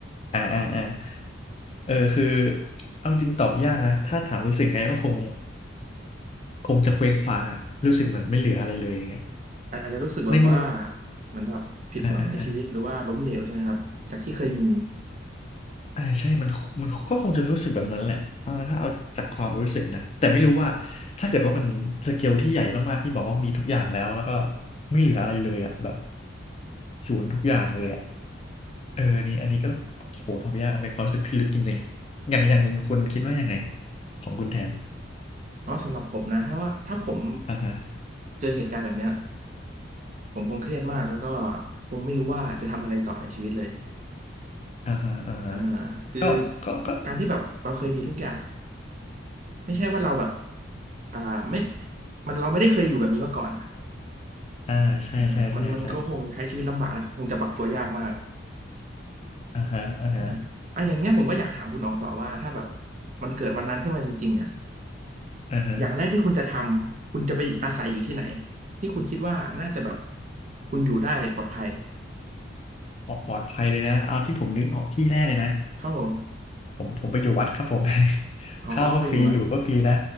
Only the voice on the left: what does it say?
อ่าอ่าอ่า เออคือเอาจริงตอบยากนะถ้าถามรู้สึกไงก็คงคงจะเคว้งคว้างอะรู้สึกเหมือนไม่เหลืออะไรเลยอย่างเงี้ย
ในมุม
อ่าอ่าอ่าอ่าใช่มันมันก็คงจะรู้สึกแบบนั้นแหละอ่าถ้าเอาจากความรู้สึกนะแต่ไม่รู้ว่าถ้าเกิดว่ามันสเกลที่ใหญ่มากๆที่บอกว่ามีทุกอย่างแล้วแล้วก็ไม่เหลืออะไรเลยอะแบบศูนย์ทุกอย่างเลยอะเออนี่อันนี้ก็โหตอบยากเป็นความรู้สึกที่ลึกจริงๆอย่างอย่างมุมคุณคิดว่ายังไงของคุณแทน
อ่าฮะ
อ่าฮะ อ่าฮะ
ก็ก็ก็
อ่า ใช่ใช่ใช่ใช่
อ่าฮะอ่าฮะ
อ่าฮะ
ออกปลอดภัยเลยนะ เอาที่ผมนึกออกที่แรกเลยนะ
ผมผมไปอยู่วัดครับผม <laughs>
ข้าวก็ฟรีอยู่ก็ฟรีนะ